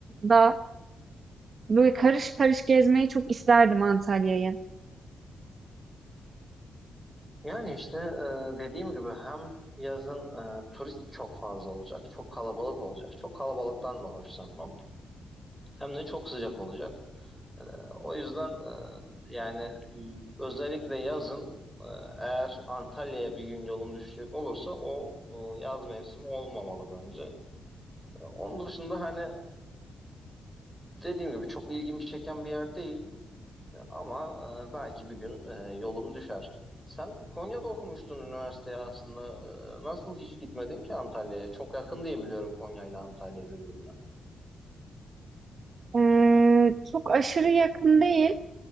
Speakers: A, on the right (about 40°); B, in the centre.
A: da böyle karış karış gezmeyi çok isterdim Antalya'yı.
B: Yani işte e, dediğim gibi hem yazın e, turist çok fazla olacak, çok kalabalık olacak. Çok kalabalıktan da hoşlanmam. Hem de çok sıcak olacak. E, o yüzden e, yani y- özellikle yazın e, eğer Antalya'ya bir gün yolum düşecek olursa o, o yaz mevsimi olmamalı bence. E, onun dışında hani e, dediğim gibi çok ilgimi çeken bir yer değil. E, Ama e, belki bir gün e, yolum düşer. Sen Konya'da okumuştun üniversiteye aslında. E, nasıl hiç gitmedin ki Antalya'ya? Çok yakın diye biliyorum Konya ile Antalya birbirine.
A: Eee, çok aşırı yakın değil.